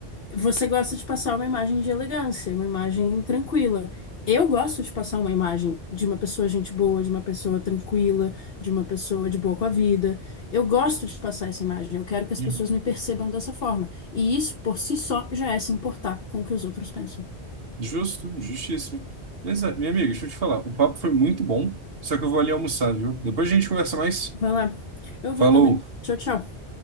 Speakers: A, on the left (about 60°); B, on the right (about 60°).
A: Você gosta de passar uma imagem de elegância, uma imagem tranquila. Eu gosto de passar uma imagem de uma pessoa gente boa, de uma pessoa tranquila, de uma pessoa de boa com a vida. Eu gosto de passar essa imagem. Eu quero que as
B: Uhum.
A: pessoas me percebam dessa forma. E isso, por si só, já é se importar com o que os outros pensam.
B: Justo, justíssimo. Mas, é, minha amiga, deixa eu te falar. O papo foi muito bom, só que eu vou ali almoçar, viu? Depois a gente conversa mais.
A: Vai lá. Eu
B: Falou!
A: vou também. Tchau, tchau.